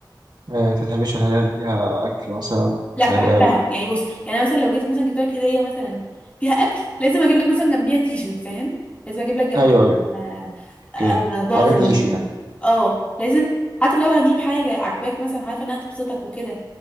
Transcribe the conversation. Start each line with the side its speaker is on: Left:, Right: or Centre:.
Right: آه، أنت بتحبش الهدايا اللي فيها أكل مثلا؟
Left: لا
Right: مش الهدايا
Left: بحبها
Right: اللي...
Left: يعني بص يعني انا مثلا لو جيت مثلا جبت لك هديه مثلا فيها اكل لازم اجيب لك مثلا جنبيها تي شيرت فاهم لازم اجيب لك جنبيها
Right: أيوه أيوه
Left: آه،
Right: أوكي
Left: آه، فازه
Right: حاجة تعيش
Left: مثلا
Right: يعني
Left: اه لازم حتى لو هجيب حاجه عجباك مثلا عارفه انها تبسطك وكده